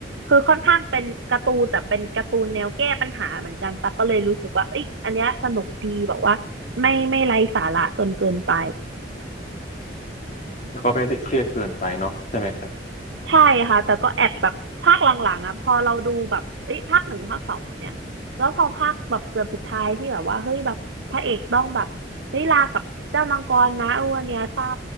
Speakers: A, on the right (about 85°); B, on the left (about 45°).
A: คือค่อนข้างเป็นการ์ตูนแต่เป็นการ์ตูนแนวแก้ปัญหาเหมือนกันตั๊กก็เลยรู้สึกว่าเอ้ยอันเนี้ยสนุกดีแบบว่าไม่ไม่ไร้สาระจนเกินไป
B: แล้วก็ไม่ได้เครียดเกินไปเนาะใช่ไหมครับ
A: ใช่ค่ะแต่ก็แอบแบบภาคหลังๆอ่ะพอเราดูแบบเอ้ยภาคหนึ่งภาคสองเนี่ยแล้วพอภาคแบบเกือบสุดท้ายที่แบบว่าเฮ้ยแบบพระเอกต้องแบบได้ยลากับเจ้ามังกรนะอ้วนเนี่ยเศร้า